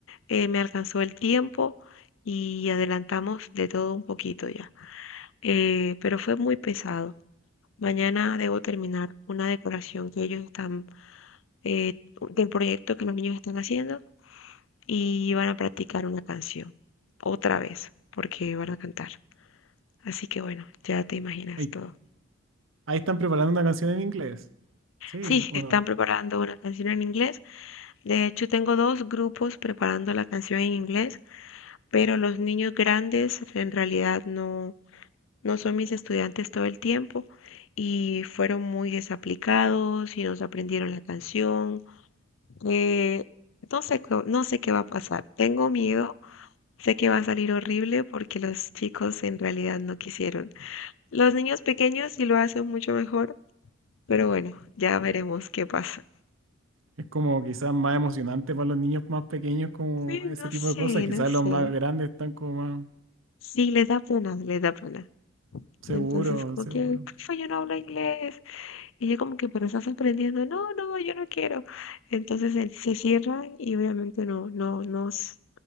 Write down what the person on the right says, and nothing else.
Ey,
ahí están preparando una canción en inglés. Sí,
bueno
Es como quizás más emocionante para los niños más pequeños como
ese
tipo
de cosas. Quizás
los
más grandes están como más
seguros,
seguros.